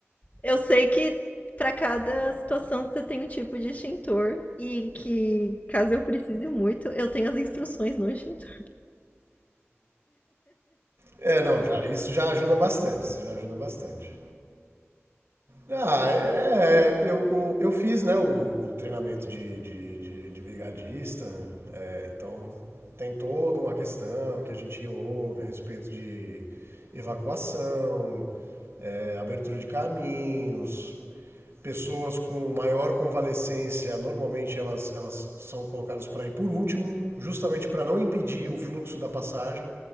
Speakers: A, on the left; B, on the right.
A: Eu sei que para cada situação você tem um tipo de extintor e que, caso eu precise muito, eu tenho as instruções no extintor.
B: É, não, já, isso já ajuda bastante, isso já ajuda bastante. Ah, é, é, eu, o- eu fiz, né, o, o treinamento de, de, de- de brigadista, é, então tem toda uma questão que a gente ouve a respeito de evacuação, é, abertura de caminhos, pessoas com maior convalescência, normalmente elas, elas são colocadas para ir por último, justamente para não impedir o fluxo da passagem.